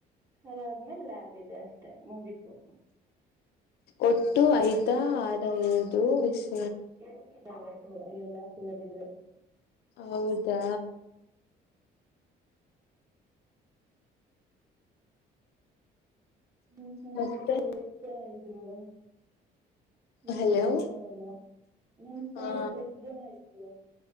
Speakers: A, on the right; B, on the left.
A: ಅದಾದ್ಮೇಲೆ ಲ್ಯಾಬ್ ಇದೆ ಅಷ್ಟೇ ಮುಗಿತು
B: ಒಟ್ಟು ಐದಾ ಆರ ಐದು ಎಷ್ಟ <unintelligible>
A: ಎಳ್ತಿದ್ದ ಅವರ್ <unintelligible> ಹಾ ಎಲ್ಲಾ ಸೇರಿದ್ರೆ
B: ಹೌದಾ
A: ಹ್ಮ್ ಸ್ನೇಹಿತರು.
B: ಮತ್ತೆ
A: <unintelligible> ಇವತ್
B: ಹಲೋ
A: ಸಿಕ್ಕೋರೆಲ್ಲ. ನಿಮ್ ಸ್ನೇಹಿತರು
B: ಹಾ
A: ಎಷ್ಟ್ ಜನ ಇದ್ರು?